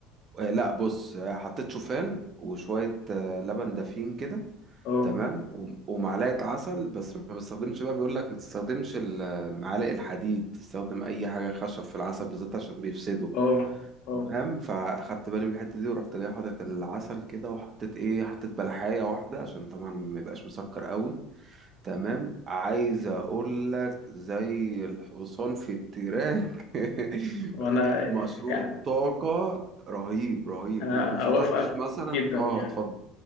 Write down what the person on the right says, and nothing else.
آه، لا بص آه، حطيت شوفان وشوية آه، لبن دافين كده
تمام وم- ومعلقة عسل بس ما بستخدمش بقى بيقولك ما تستخدمش ال- معالق الحديد تستخدم أي حاجة خشب في العسل بالذات عشان بيفسده
تمام فاخدت بالي من الحته دي ورحت جاي حاطط العسل كده وحطيت ايه حطيت بلحايه واحده عشان طبعا ما يبقاش مسكر قوي تمام عايز اقول لك زي الحصان في التراك <laughs>
مشروب
طاقه رهيب رهيب
وما فطرتش
مثلا
اه
اتفضل